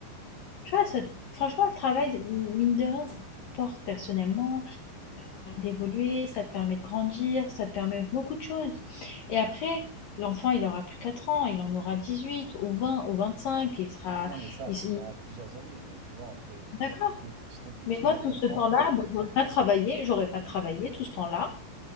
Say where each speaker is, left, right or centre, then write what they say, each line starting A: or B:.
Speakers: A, on the left (about 70°); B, on the right (about 65°).
A: Tu vois, ça, franchement, le travail, c'est- mine de rien, ça t'apporte personnellement, d'évoluer, ça te permet de grandir, ça te permet beaucoup de choses. Et après, l'enfant, il aura plus 4 ans, il en aura 18 ou 20 ou 25, il sera...
B: Non, mais ça,
A: il-
B: c'est
A: il-
B: dans plusieurs années, mais tu vois, entre
A: D'accord.
B: le, si ton plus
A: Mais
B: petit,
A: moi,
B: il a 4
A: tout ce temps-là,
B: ans,
A: bah, j'aurais pas travaillé, j'aurais pas travaillé tout ce temps-là.